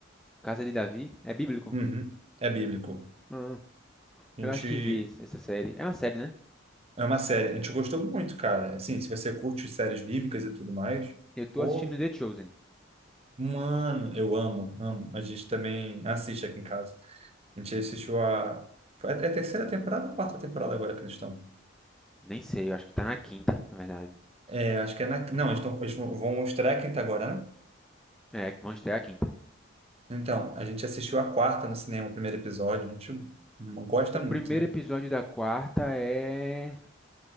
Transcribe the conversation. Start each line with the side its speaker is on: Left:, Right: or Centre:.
Centre: Casa de Davi é bíblico?
Right: Uhum. É bíblico.
Centre: Ah,
Right: A gente
Centre: eu acho que vi essa série. É uma série, né?
Right: É uma série. A gente gostou muito, cara. Assim, se você curte séries bíblicas e tudo mais,
Centre: Eu tô
Right: pô,
Centre: assistindo The Chosen.
Right: mano, eu amo, amo. A gente também assiste aqui em casa. A gente assistiu a. foi- É a terceira temporada ou a quarta temporada agora que eles estão?
Centre: Nem sei, eu acho que tá na quinta, na verdade.
Right: É, acho que é na. Não, eles, tão, eles vão vão mostrar a quinta agora, né?
Centre: É, que vão estrear a quinta.
Right: Então, a gente assistiu a quarta no cinema, o primeiro episódio. A gente gosta
Centre: O primeiro
Right: muito, né?
Centre: episódio da quarta é.